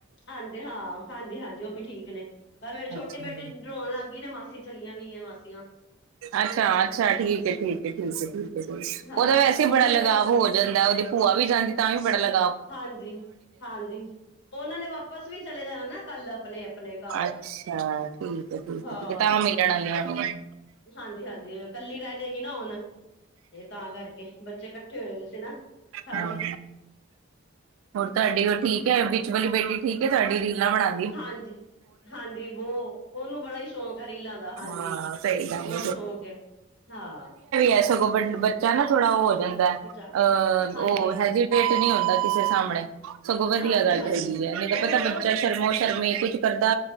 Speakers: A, on the left; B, on the right.
A: ਹਾਂਜੀ ਹਾਂ ਹਾਂਜੀ ਹਾਂਜੀ ਉਹ ਵੀ ਠੀਕ ਨੇ ਪਰ ਮੇਰੇ
B: ਅੱਛਾ
A: ਛੋਟੇ ਬੇਟੀੇ ਡਰੋਨ ਲੱਗ ਗਈ ਨੇ ਮਾਸ ਸੀ ਚੱਲੀਆਂ ਗਈਆਂ ਮਾਸੀਆਂ।
B: ਅੱਛਾ-ਅੱਛਾ ਠੀਕ ਐ, ਠੀਕ ਐ, ਠੀਕ ਐ, ਠੀਕ ਐ, ਠੀਕ
A: ਹਾਂ
B: ਉਹਦਾ ਵੈਸੇ
A: ਉਹਨਾਂ
B: ਹੀ ਬੜਾ ਲਗਾਵ
A: ਨੇ
B: ਹੋ ਜਾਂਦਾ ਓਦੀ ਭੂਆ ਵੀ ਜਾਂਦੀ ਤਾਂ ਵੀ ਬੜਾ ਲੱਗ
A: ਹਾਂਜੀ-ਹਾਂਜੀ ਉਹਨਾਂ ਨੇ ਵਾਪਿਸ ਵੀ ਚਲੇ ਜਾਣਾ ਨਾ ਕੱਲ ਅਪਨੇ ਆਪਨੇ ਘਰ,
B: ਅੱਛਾ ਠੀਕ ਹੈ ਠੀਕ
A: ਹਾਂ
B: ਹੈ ਠੀਕ ਹੈ ਤਾਂ ਮਿਲਣ ਆਈਆਂ ਹੋਈਆਂ
A: ਹਾਂਜੀ-ਹਾਂਜੀ। ਕੱਲੀ ਰਹ ਜਾਏਗੀ ਨਾ ਹੁਣ ਤੇ ਤਾਂ ਕਰਕੇ ਬੱਚੇ ਕੱਠੇ ਹੋਏ ਗਏ ਸੀ ਨਾ। ਸਾਰੇ
B: ਹਾਂ ਹੋਰ ਤੁਹਾਡੀ ਉਹ ਠੀਕ ਹੈ ਵਿਚ ਵਾਲੀ ਬੇਟੀ ਠੀਕ ਹੈ ਤੁਹਾਡੀ ਰੀਲਾ ਬਣਾ
A: ਹਾਂਜੀ-ਹਾਂਜੀ ਬਹੁ ਉਹਨੂੰ ਬੜਾ ਹੀ ਸ਼ੌਕ ਹੈ ਰੀਲਾ ਦਾ ਹਾਂਜੀ
B: ਹਾਂ ਸਹੀ ਗੱਲ
A: ਬਹੁਤ ਸ਼ੌ ਹੁਕੇ ਹਾਂ।
B: ਕਹਿ ਸਗੋ ਬ ਬੱਚਾ ਨਾ ਥੋੜਾ ਉਹ ਹੋ ਜਾਂਦਾ ਅਹ
A: ਬਚਾ ਹਾਂਜੀ
B: ਉਹ ਹੈਜੀਟੇਟ ਨੀ ਹੁੰਦਾ ਕਿਸੇ ਸਾਮਣੇ ਸਗੋਂ ਵਧੀਆ
A: ਹਾਂਜੀ-ਹਾਂਜੀ
B: ਗੱਲ ਹੈਗੀ ਹੈ ਨੀ ਤਾਂ
A: ਉਹ
B: ਪਤਾ ਬੱਚਾ ਸ਼ਰਮੋ ਸ਼ਰਮੀ ਕੁਝ ਕਰ